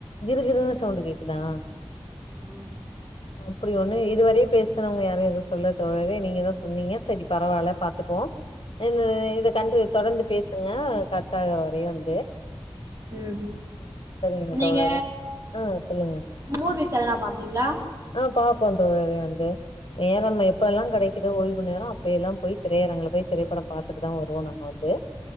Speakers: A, on the left; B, on the right.
A: கிறுகிறுன்னு சவுண்டு கேக்குதா
B: அ
A: அப்டி ஒண்ணு இதுவரயு பேசுனவுங்க யாரு எதுவு சொல்ல தோழரே நீங்கதா சொன்னீங்க சரி பரவால்ல பாத்துப்போ இந்த இத கண்டு தொடர்ந்து பேசுங்க கட் ஆகுற வரையு வந்து
B: ம்
A: ம் சரிங்க
B: நீங்க
A: தோழரே ம் சொல்லுங்க
B: மூவிஸ் எதனா பாப்பீங்களா
A: அ பாப்போ தோழரே வந்து நேரம் எப்ப எல்லா கிடைக்குதோ ஓய்வு நேரோ அப்ப எல்லா போய் திரையரங்குல போய் திரைப்படம் பாத்துட்டுதா வருவோ நாங்க வந்து ந்து